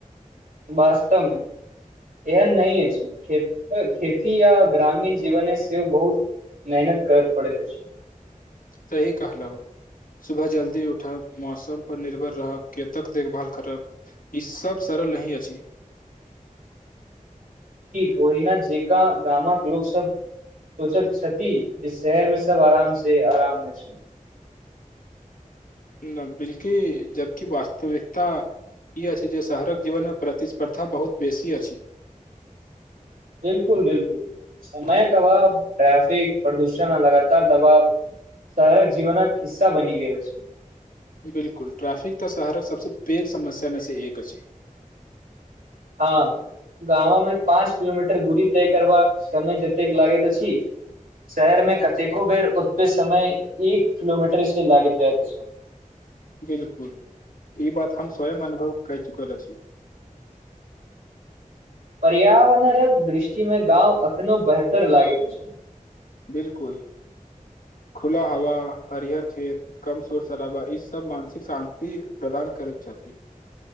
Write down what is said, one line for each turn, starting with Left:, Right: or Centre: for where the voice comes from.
Right: वास्तवमे इहन नहि अछि खेती य ग्रामीण जीवने से बहुत मेहनत करत पड़े छै
Left: सही कहलहु सुबह जल्दी उठब मौसम पर निर्भर रहब खेत तक देखभाल करब ई सब करल नहि अछि
Right: कोहिना जेका गामक लोक सब सोचत क्षति जे शहरमे सब आराम से आराममे छी
Left: न बिलकि जबकि वास्तविकता ई अछि जे शहरक जीवनमे प्रतिस्पर्धा बहुत बेसी अछि
Right: बिलकुल बिलकुल समय कबाब ट्रैफिक प्रदूषण लगातार दबाव शाहरक जीवनक हिस्सा बनि गेलल छै
Left: बिलकुल ट्रैफिक तऽ शहरक सबसँ पैघ समस्या मे से एक अछिी
Right: हँ गाम मे पाँच किलोमीटर दूरी तय कर समय जत लागे त छी शहर मे कतेको बेर ओत पे समय एक किलोमीटर से लागि जाय रहल छै हँ
Left: बिलकुल ई बात हम स्वयं अनुभव कर चुकल छी
Right: हँ पर्यावरणक दृष्टिमे गाँव एखनो बेहतर लागैत अछि
Left: बिलकुल खुला हवा हरिहर खेत कम शोर शराबा ई सब मानसिक शान्ति प्रदान करैत छथिाती